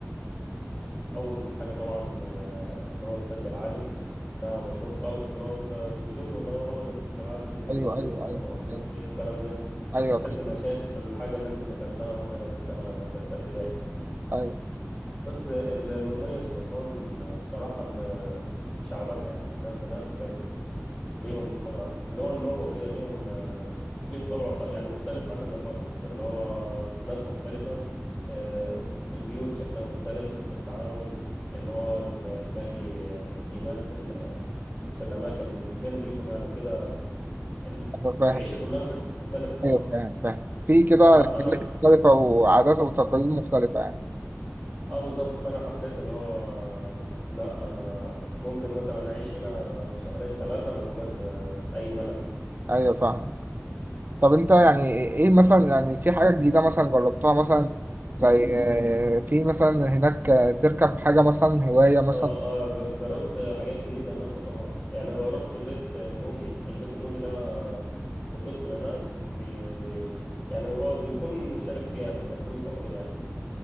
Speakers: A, on the left; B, on the right.
A: أول حاجة طبعا آه، اللي هو السد العالي ده مشهور خالص اللي هو انت بتشوفه اللي هو هو ده السد العالي اللي بيولد
B: ايوه ايوه
A: الكهرباء
B: ايوه
A: مش عارف
B: ايوه
A: ايه والكلام ده
B: ايوه
A: بتحس
B: فاهم
A: انك شايف الحاجة اللي انت ذكرتها مثلا في سنة ستة ابتدائي
B: ايوه
A: بس ال- المميز في أسوان بصراحة ال- شعبها يعني الناس هناك ليهم طبع اللي هو النوبة وكده ليهم ليهم طبع خ- يعني مختلف عننا خالص اللي هو ناس مختلفة آه، البيوت شكلها مختلف التعامل اللي هو ال- تلاقي جمال في ال- في الأماكن بين بيوتهم يعني وكده ال-
B: ايوه فاهم
A: العيشة كلها هناك مختلفة خالص
B: ايوه فاهم فاهم في كده
A: فأنا
B: حاجات مختلفه وعادات وتقاليد مختلفه يعني
A: اه بالظبط فأنا حبيت اللي هو لا أنا ممكن مثلا أعيش هنا شهرين ثلاثة من غير آه، أي ملل
B: ايوه فاهم طب انت يعني ايه مثلا يعني في حاجة جديدة مثلا جربتها مثلا زي آه، في مثلا هناك آه، تركب حاجة مثلا هواية مثلا
A: اه اه ج- جربت حاجات جديدة هناك طبعا يعني لما رحت بيت نوبي البيت النوبي ده بتدخل هناك بي يعني هو بيكون مشترك فيه يعني كفلوس أو كده يعني.